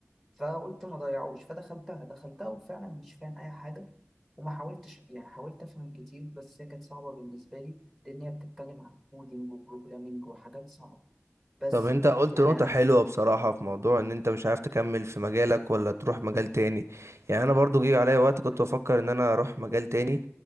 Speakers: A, in the centre; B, on the right.
A: فقلت ما ضيعوش فدخلتها دخلتها وفعلا مش فاهم اي حاجه وما حاولتش يعني حاولت افهم كتير بس هي كانت صعبه بالنسبه لي لان هي بتتكلم عن كودينج وبروجرامينج وحاجات صعبه بس
B: طب انت قلت
A: يعني
B: نقطة
A: انا
B: حلوة بصراحة في موضوع ان انت مش عارف تكمل في مجالك ولا تروح مجال تاني يعني انا برضو جه عليا وقت كنت بفكر ان انا اروح مجال تاني